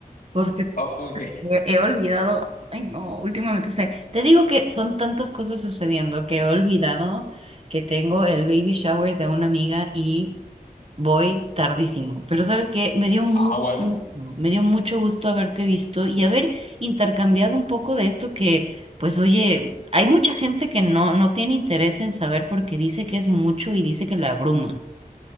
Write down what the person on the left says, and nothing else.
Ok.
Ah, bueno.